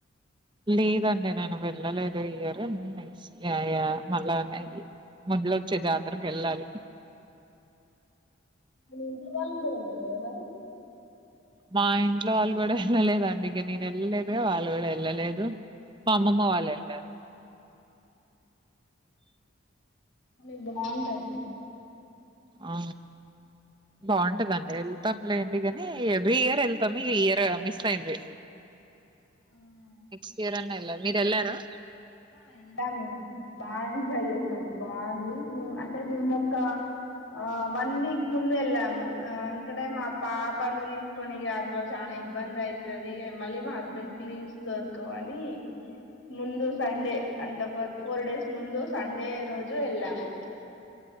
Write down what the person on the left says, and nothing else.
మీ ఇంట్లో వాళ్ళు కూడా వెళ్నారా మరి
లేదు బాగుంటుంది
అవునా
ఆ వెళ్ళాము బాగా ఎంజాయ్ చేసాము బాగుంది మే అంటే మేము ఒక ఆ వన్ వీక్ ముందే వెళ్ళాము ఎందుకంటే మా పాపను తీసుకొని అందులో చానా ఇబ్బంది అవుతుది మళ్ళీ మా హస్బెండ్ కి లీవ్స్ దొరకవని ముందు సండే అంటే ఒక ఫోర్ డేస్ ముందు సండే రోజు వెళ్ళాము